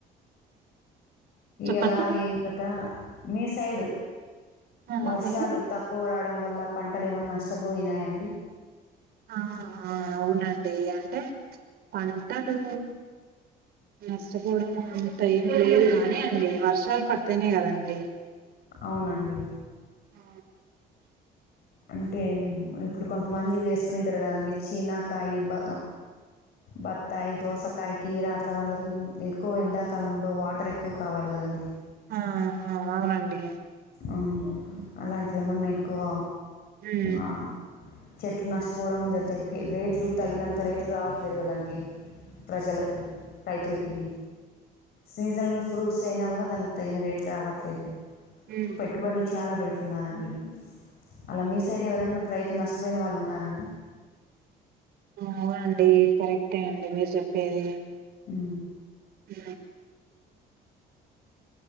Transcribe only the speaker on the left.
ఎలా ఏంగకత మీ సైడు
వర్షాలు
తక్కువ రాడం వల్ల పంటలు ఏమైన్నా నష్టపోయినాయాడి
అవునండి
అంటే ఇప్పుడు కొంతమంది వేసుకునింటారు కదండి చినా కాయి బ బత్తాయి దోసకాయ్ కీర అట్లా దాంకి ఎక్కువ ఎండాకాలంలో వాటర్ ఎక్కువ కావాలి కదండి
అవును అలాంటివి ఏమన్నా ఎక్కువ
ఆ చెట్లు నష్టపోవడంము దొరుగుతాయి రేట్లు తగినంత రేట్లు రావట్లేదు కదండి ప్రజలకి రైతులకి సీజన్ ఫ్రూట్ స్ అయినా కూడా దాకు తగిన రేట్లు రావట్లేదు
పెట్టుబడులు చాలా పెడత ఉన్నారండి అలా మీ సైడ్ ఎవరనా రైతులు నష్టపోయిన వాళ్ళు ఉన్నారండి
ఉ